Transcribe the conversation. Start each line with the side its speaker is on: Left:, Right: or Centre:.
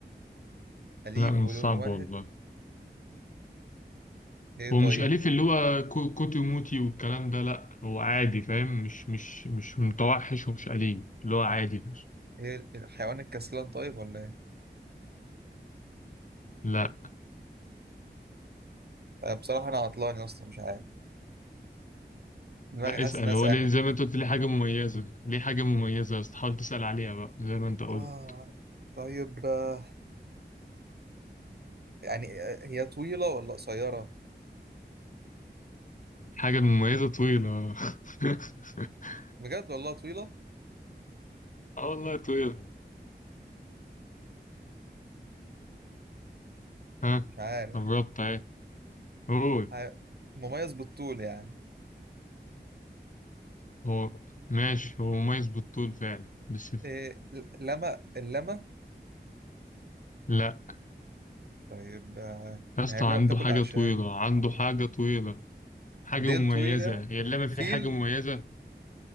Right: أليف
Left: لأ مش
Right: ولون
Left: صعب
Right: واحد
Left: والله
Right: إيه طيب
Left: هو مش أليف اللي هو كو- كوتي موتي والكلام ده لأ هو عادي فاهم مش مش مش متوحش ومش أليف اللي هو عادي بس
Right: إيه الحيوان الكسلان طيب ولا إيه
Left: لأ
Right: آه بصراحة أنا عطلان يا اسطى مش عارف دماغي
Left: لأ
Right: حاسس
Left: اسأل
Right: إنها ساحت
Left: هو ليه زي ما أنت قلت ليه حاجة مميزة ليه حاجة مميزة بس تحاول تسأل عليها بقى زي ما أنت قلت
Right: آه طيب آه... يعني آه، هي طويلة ولا قصيرة
Left: الحاجة المميزة طويلة <laughs>
Right: بجد والله طويلة
Left: اه والله طويلة ها
Right: مش عارف
Left: قربت اهي هو
Right: ح- مميز بالطول يعني
Left: هو ماشي هو مميز بالطول فعلا بس
Right: إيه لما اللمة
Left: لأ
Right: طيب آه...
Left: يا
Right: ما
Left: اسطى
Right: هي اللمة
Left: عنده
Right: بتاكل
Left: حاجة
Right: أعشاب
Left: طويلة عنده حاجة طويلة حاجة
Right: ديل
Left: مميزة
Right: طويل يعني
Left: هي اللعبة
Right: فيل
Left: فيها حاجة مميزة